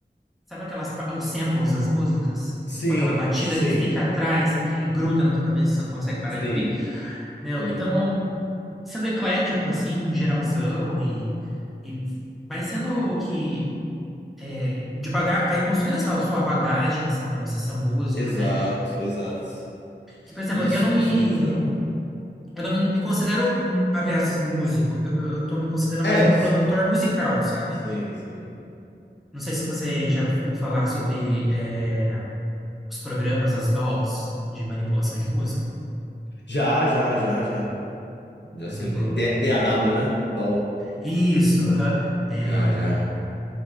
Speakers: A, in the centre; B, on the left (about 80°).
A: Sabe aquelas, pa- os samples das músicas?
B: Sim,
A: Tipo aquela batida
B: sim,
A: que fica atrás e que gruda na tua cabeça, você não consegue parar
B: sim,
A: de ouvir. né
B: sim.
A: Então, eu, sendo eclético, assim, geralzão, e, e vai sendo o que. é, de baga vai construindo essa sua bagagem, assim, para você ser um músico,
B: Exato,
A: né?
B: exato.
A: Que, por exemplo,
B: Isso,
A: eu não me.
B: isso é muito legal.
A: Eu não me me considero, hum, abre aspas, músico. Eu, eu tô me considerando
B: É,
A: mais um
B: s-
A: produtor musical, sabe?
B: sim, sim.
A: Não sei se você já viu falar sobre é, os programas, as dolls de manipulação de música.
B: Já, já, já, já. Já
A: Por
B: sim.
A: exemplo,
B: D- DAW, né? DAW.
A: isso, aham. É,
B: Já, já.